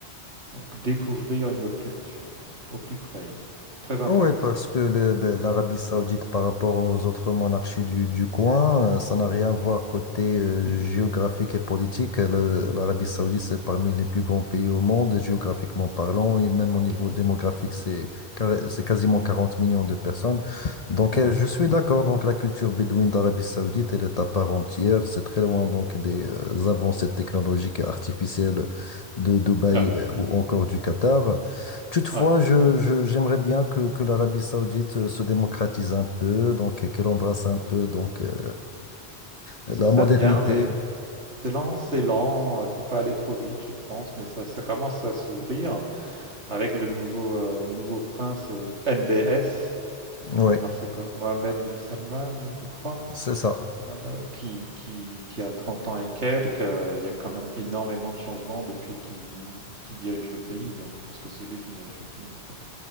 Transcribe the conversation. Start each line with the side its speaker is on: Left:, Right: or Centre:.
Right: euh, euh, découvrir une autre culture hein, au plus près. hein. Très intéressant.
Left: Oui, parce que le- le- l'Arabie Saoudite par rapport aux autres monarchies du, du coin, euh, ça n'a rien à voir côté euh,
Right: Mhm.
Left: géographique et politique. Le- L'Arabie Saoudite, c'est parmi les plus grands pays au monde, géographiquement parlant, et même au niveau
Right: Oui,
Left: démographique,
Right: c'est tendu.
Left: c'est car- c'est quasiment 40 millions de personnes. Donc,
Right: Mhm.
Left: euh, je suis d'accord, donc la culture bédouine d'Arabie Saoudite, elle est à part entière. C'est très loin
Right: Mhm.
Left: donc des euh, avancées technologiques et artificielles de Dubaï
Right: Ouais,
Left: euh, ou encore du Qatar. Toutefois,
Right: ouais,
Left: je,
Right: ouais.
Left: je- j'aimerais bien que, que l'Arabie Saoudite euh, se démocratise un peu, donc et qu'elle embrasse un peu donc euh, la
Right: Et C'est ça
Left: modernité.
Right: vient, mais c'est lent, c'est lent. euh, Faut pas aller trop vite, je pense, mais ça, ça commence à s'ouvrir. avec le nouveau, euh, nouveau prince euh, MBS.
Left: Oui,
Right: Alors c'est quoi Mohamed bin Salman, je crois,
Left: c'est ça.
Right: euh, qui, qui, qui a 30 ans et quelques. euh, il y a quand même énormément de changements depuis qu'il qu'il dirige le pays, hein, parce que c'est lui qui dirige le pays en fait.